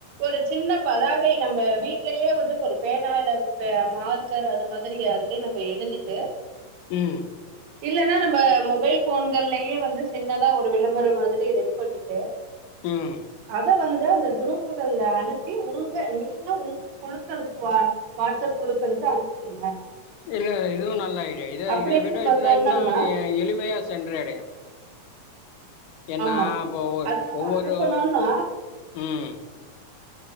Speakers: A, on the right; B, on the left.
A: ஒரு சின்ன பதாகை நம்ம வீட்லயே வந்து ஒரு பேனா இல்ல மார்க் கர் அது மாதிரி அதுலயே நம்ம எழுதிட்டு
B: ம்
A: இல்லனா நம்ம மொபைல் ஃபோன்கள்லயே வந்து சின்னதா ஒரு விளம்பரம் மாதிரி ரெடி பண்ணிட்டு
B: ம்
A: அத வந்து அந்த குரூப்புகள்ல அனுப்பி உங்க நீங்க உங்க குழுக்களுக்கு வா வாட்ஸ்அப் குழுக்களுக்கு அனுப்பிடுங்க
B: இல்ல இதுவு நல்ல ஐடியா இத
A: அப்படின்னு
B: இத விட
A: நம்ம
B: இதுதா
A: சொன்னோம்னா
B: இன்னு எளிமையா சென்றடையு ஏன்னா
A: ஆமா
B: இப்போ ஒரு
A: அத நம்ம
B: ஒவ்வொரு
A: அனுப்பனோம்னா
B: ம்